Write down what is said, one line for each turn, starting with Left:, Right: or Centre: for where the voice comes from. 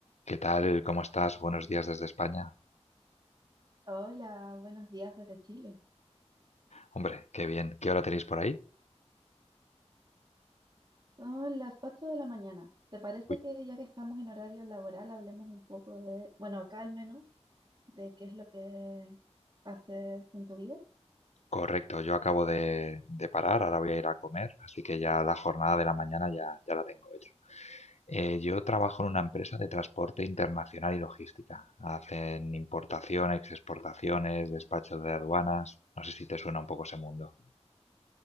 Left: ¿Qué tal? ¿Cómo estás? Buenos días desde España.
Right: Hola, buenos días desde Chile.
Left: Hombre, qué bien. ¿Qué hora tenéis por ahí?
Right: Son las 8 de la mañana. ¿Te parece
Left: Uy,
Right: que ya que estamos en horario laboral, hablemos un poco de, bueno, acá al menos, de qué es lo que haces en tu vida?
Left: correcto, yo acabo de, de parar, ahora voy a ir a comer, así que ya la jornada de la mañana ya, ya la tengo hecha. Eh, yo trabajo en una empresa de transporte internacional y logística. Hacen importaciones, exportaciones, despachos de aduanas. No sé si te suena un poco ese mundo.